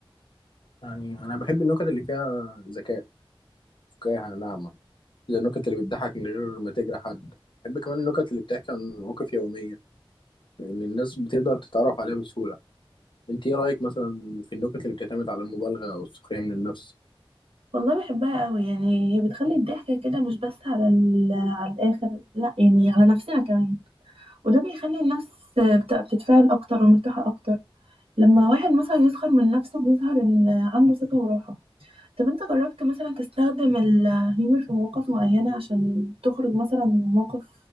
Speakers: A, on the left; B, on the right.
A: يعني أنا بحب النكت اللي فيها ذكاء فكاهة ناعمة النكت اللي بتضحك من غير ما تجرح حد بحب كمان النكت اللي بتحكي عن مواقف يومية لأن الناس بتقدر تتعرف عليها بسهولة انت ايه رأيك مثلا في النكت اللي بتعتمد على المبالغة أو السخرية من النفس
B: والله بحبها قوي يعني هي بتخلي الضحك كده مش بس على ال- على الاخر لا يعني على نفسنا كمان وده بيخلي الناس بت- بتتفاعل اكتر ومرتاحه اكتر لما واحد مثلا يسخر من نفسه بيظهر ان عنده ثقه وراحه طب انت جربت مثلا تستخدم الهيومر في مواقف معينه عشان تخرج مثلا من موقف